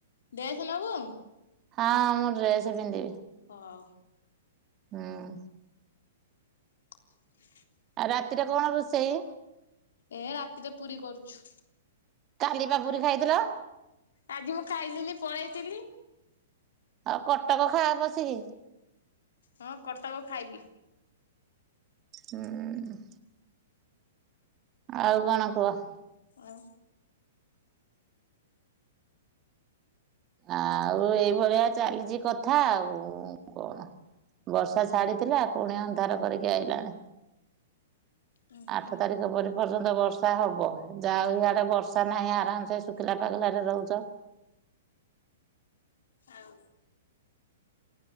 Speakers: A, on the left; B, on the right.
A: ଡ୍ରେସ୍ ନବୁ।
B: ହଁ ମୁଁ ଡ୍ରେସ ପିନ୍ଧିବି।
A: ହଉ।
B: ହଁ
A: <unintelligible>
B: ଆଉ ରାତିରେ କଣ ରୋଷେଇ?
A: ଏ ରାତିରେ ପୁରୀ କରୁଛୁ।
B: କାଲିି ବା ପୁରୀ ଖାଇଥିଲ।
A: ଆଜି ମୁଁ ଖାଇଲିିନି ପଳେଇଥିଲି।
B: ଆଉ କଟକ ଖାଆ ପଶିକି।
A: ହଁ କଟକ ଖାଇବି।
B: ହୁଁ ଆଉ କଣ କୁହ?
A: ଆଉ।
B: ଆଉ ଏଇଭଳିଆ ଚାଲିଛି କଥା ଆଉ କଣ? ବର୍ଷା ଛାଡିଥିଲା ପୁଣି ଅନ୍ଧାର କରିକି ଆଇଲାଣି।
A: ହୁଁ
B: ଆଠ
A: ହୁଁ
B: ତାରିଖ ପରେ ପର୍ଯ୍ୟନ୍ତ ବର୍ଷା ହେବ ଯାାଉ ଇଆଡ଼େ ବର୍ଷା ନାହିଁ ଆରାମସେ ଶୁଖିଲା ପାଗଲାରେ ରହୁଛ।
A: ହଉ।